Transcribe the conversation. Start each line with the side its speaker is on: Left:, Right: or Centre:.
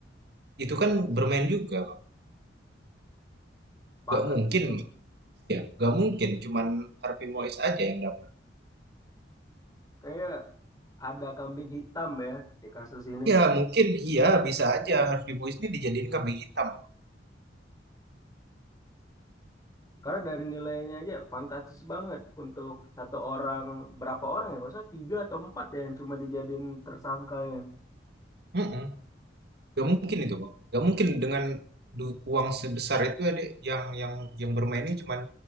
Right: Itu kan bermain juga, Bang.
Left: Pakat
Right: Nggak mungkin,
Left: sih bang.
Right: ya. Nggak mungkin cuman Harvey Mois aja yang dapat.
Left: Kayak ada kambing hitam ya di kasus ini.
Right: Ya, mungkin iya bisa aja Harvey Mois ini dijadiin kambing hitam.
Left: Karena dari nilainya aja fantastis banget untuk satu orang, berapa orang ya? Nggak usah tiga atau empat ya yang cuma dijadiin tersangkanya.
Right: Mm-mm. Nggak mungkin itu, Bang. Nggak mungkin dengan du- uang sebesar itu ya, yang yang yang bermainnya cuman